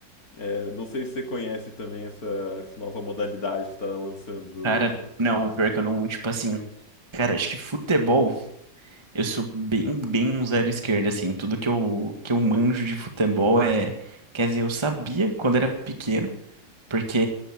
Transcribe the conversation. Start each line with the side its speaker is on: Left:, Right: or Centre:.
Left: É, não sei se você conhece também essa, essa nova modalidade que tá lançando do-
Right: Cara, não, pior que eu não, tipo assim. Cara, acho que futebol, eu sou bem, bem um zero esquerda, assim. Tudo que eu, que eu manjo de futebol é. Quer dizer, eu sabia quando era pequeno, porque